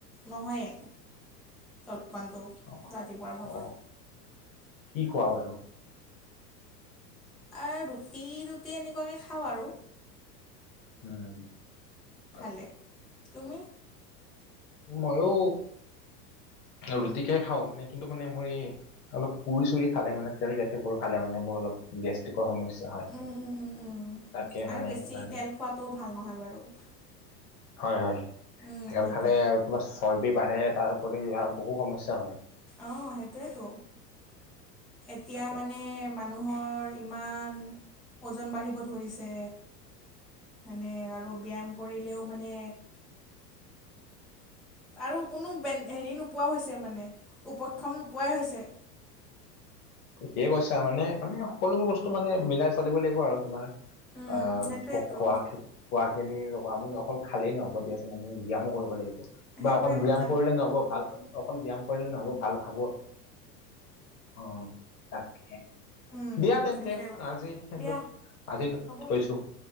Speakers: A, in the centre; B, on the left (about 60°).
A: নহয়ে জলপানটো
B: অ
A: ৰাতিপুৱাৰ ভাগৰ
B: অ কি খোৱা বাৰু?
A: এই ৰুটি ৰুটি এনেকুৱাকে খাওঁ আৰু
B: উম হয়
A: খালে
B: দিয়া
A: তুমি?
B: মইও ৰুটিকে খাওঁ মানে কিন্তু মানে মই অলপ পুৰি-চুৰি খালে মানে তেল জাতিয়বোৰ খালে মানে মোৰ অলপ গেষ্ট্ৰিকৰ সমস্যা হয়
A: উম উম উম উম
B: তাকে
A: আৰু
B: মানে
A: বেছি
B: সেইকাৰণে
A: তেল খোৱাটোও ভাল নহয় বাৰু
B: হয় হয়
A: উম
B: তেল
A: সেইটোৱে
B: খালে আৰু তোমাৰ চৰ্বি বাঢ়ে তাৰওপৰি আৰু বহু সমস্যা হয়
A: অ সেইটোৱেতো এতিয়া
B: তাকে
A: মানে মানুহৰ ইমান ওজন বাঢ়িব ধৰিছে মানে আৰু ব্যায়াম কৰিলেও মানে আৰু কোনো বেন হেৰি নোপোৱা হৈছে মানে উপক্ষম নোপোৱাই হৈছে
B: ঠিকে কৈছা মানে আমি সকলোবোৰ বস্তু মানে মিলাই চলিব লাগিব আৰু তোমাৰ
A: উম
B: অ
A: সেইটোৱেতো
B: খোৱা খোৱা খিনি লগ আমি অকল খালেই নহব দিয়াচোন আমি ব্যায়ামো কৰিব লাগিব বা
A: সেইটোৱে
B: অকল ব্যায়াম
A: কথা
B: কৰিলে নহ'ব ভাল অকল ব্যায়াম কৰিলে নহব, ভাল খাব অ তাকেহে
A: উম
B: দিয়া তেন্তে
A: সেইটোৱে কথা
B: আজি সলে
A: দিয়া
B: আজি
A: হ'ব
B: থৈছো